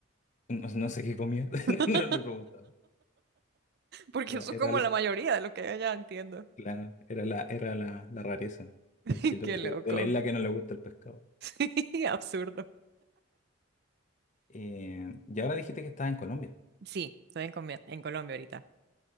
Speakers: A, on the left; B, on the right.
A: No, no sé qué comía, <laughs>
B: <laughs>
A: no le preguntaba.
B: Porque
A: Era,
B: eso
A: era
B: es como
A: la,
B: la mayoría de lo que hay allá, entiendo.
A: claro, era la, era la, la rareza,
B: <laughs>
A: el chilote
B: Qué loco.
A: de la isla que no le gusta el pescado.
B: <laughs> Absurdo.
A: Eh, y ahora dijiste que estás en Colombia,
B: Sí, estoy en, Comia- en Colombia ahorita.